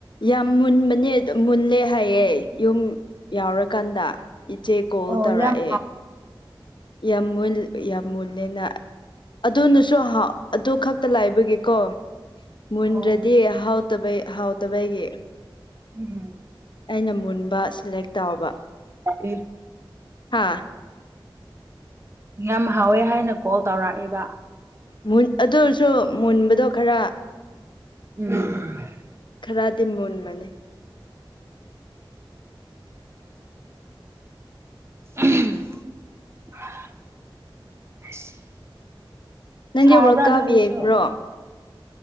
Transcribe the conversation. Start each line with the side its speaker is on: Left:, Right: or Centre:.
Left: ꯌꯥꯝ ꯃꯨꯟꯕꯅꯦ ꯃꯨꯜꯂꯦ ꯍꯥꯏꯌꯦꯦ ꯌꯨꯝ ꯌꯥꯎꯔꯀꯥꯟꯗ ꯏꯆꯦ ꯀꯣꯜ
Right: ꯑꯣ
Left: ꯇꯧꯔꯛꯑꯦ
Right: ꯌꯥꯝ ꯍꯥꯎ
Left: ꯌꯥꯝ ꯃꯨꯜ ꯌꯥꯝ ꯃꯨꯜꯂꯦꯅ ꯑꯗꯨꯅꯁꯨ ꯑꯗꯨ ꯈꯛꯇ ꯂꯥꯏꯕꯒꯤꯀꯣ ꯃꯨꯟꯗ꯭ꯔꯗꯤ
Right: ꯑꯣ
Left: ꯍꯥꯎꯇꯕꯩ ꯍꯥꯎꯇꯕꯩꯒꯤ
Right: ꯎꯝ
Left: ꯑꯩꯅ ꯃꯨꯟꯕ ꯁꯂꯦꯛ ꯇꯥꯎꯕ
Right: ꯏ
Left: ꯍꯥꯥ
Right: ꯌꯥꯝ ꯍꯥꯎꯋꯦ ꯍꯥꯏꯅ ꯀꯣꯜ ꯇꯧꯔꯛꯑꯦꯕ
Left: ꯑꯣ ꯑꯗꯨꯁꯨ ꯃꯨꯟꯕꯗꯣ ꯈꯔ
Right: ꯎꯝ
Left: ꯈꯔꯗꯤ ꯃꯣꯟ ꯃꯅꯦ
Right: <unintelligible>
Left: ꯅꯪꯗꯤ
Right: ꯁꯥꯕ꯭ꯔꯥ
Left: ꯋꯥꯔꯜ ꯀꯞ
Right: ꯅꯣꯏꯗꯨꯁꯨ
Left: ꯌꯦꯡꯕ꯭ꯔꯣ